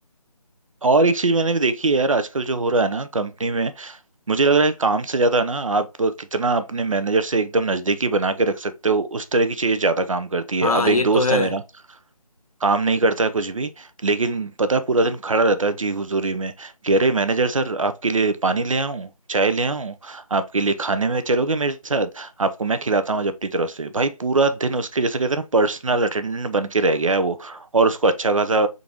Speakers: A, on the right; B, on the left.
A: और एक चीज मैंने भी देखी है यार आजकल जो हो रहा है ना कंपनी में मुझे लग रहा है कि काम से ज्यादा ना आप कितना अपने मैनेजर से एकदम नजदीकी बना के रख सकते हो उस तरह की चीज ज्यादा काम करती
B: हाँ
A: है अब एक
B: ये
A: दोस्त
B: तो है
A: है मेरा काम नहीं करता है कुछ भी लेकिन पता है, पूरा दिन खड़ा रहता है जी हुजूरी में कि अरे मैनेजर सर आपके लिए पानी ले आऊं चाय ले आऊं आपके लिए खाने में चलोगे मेरे साथ आपको मैं खिलाता हूँ जब अपनी तरफ से भाई पूरा दिन उसके जैसे कहते हैं ना पर्सनल अटेंडेंट बन के रह गया है वो और उसको अच्छा खासा